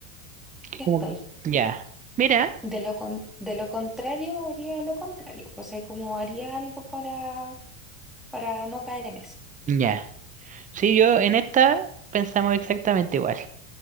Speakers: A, in the centre; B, on the right (about 20°).
A: que estoy.
B: Como ya. Mira,
A: De lo con- de lo contrario, haría lo contrario. O sea, como haría algo para, para no caer en eso.
B: ya. Sí, yo en esta pensamos exactamente igual.